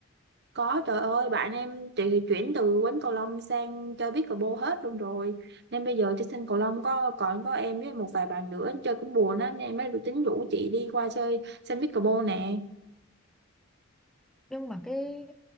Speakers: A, on the right; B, in the centre.
A: Có trời ơi bạn em chị thì chuyển từ quánh cầu lông sang chơi pickleball hết luôn rồi nên bây giờ trên sân cầu lông có còn có em với một vài bạn nữa chơi cũng buồn á nên em mới tính rủ chị đi qua chơi sân pickleball nè
B: nhưng mà cái